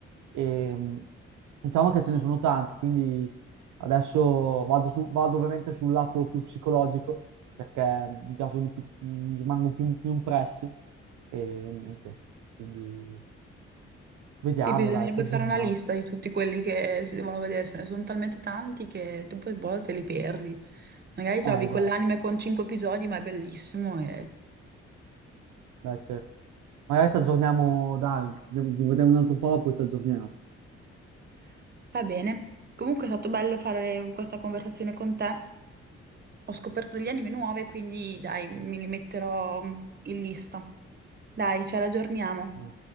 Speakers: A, on the right; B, on the right.
A: E, mh, diciamo che ce ne sono tanti, quindi adesso vado, su- vado ovviamente sul lato più psicologico perché mi piacciono di più, mi rimangono più, più impressi e niente. Quindi vediamo,
B: Sì, bisognerebbe
A: dai, ci aggiorniamo.
B: fare una lista di tutti quelli che si devono vedere. Ce ne sono talmente tanti che tu poi a volte li perdi. Magari trovi
A: Eh, esatto.
B: quell'anime con cinque episodi, ma è bellissimo e...
A: Beh, certo. Magari ci aggiorniamo, dai, vediamo vediamo un altro po', poi ci aggiorniamo.
B: <laughs> Va bene. Comunque è stato bello fare questa conversazione con te. Ho scoperto degli anime nuove, quindi dai, mi li metterò mm, in lista. Dai, ci raggiorniamo.
A: Dai.